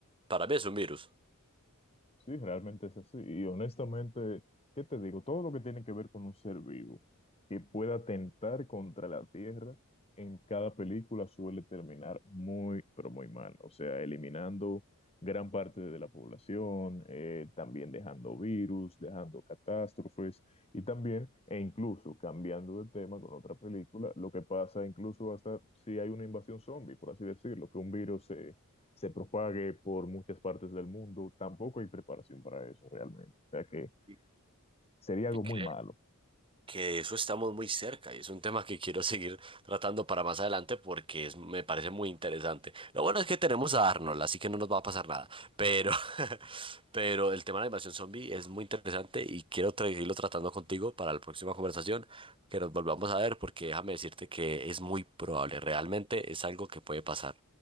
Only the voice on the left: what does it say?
Sí, realmente es así. Y honestamente, ¿qué te digo? Todo lo que tiene que ver con un ser vivo que pueda atentar contra la Tierra en cada película suele terminar muy, pero muy mal. O sea, eliminando gran parte de la población, eh, también dejando virus, dejando catástrofes y también, e incluso cambiando de tema con otra película, lo que pasa incluso hasta si hay una invasión zombie, por así decirlo, que un virus se propague por muchas partes del mundo, tampoco hay preparación para eso realmente. O sea que
sería algo
muy malo.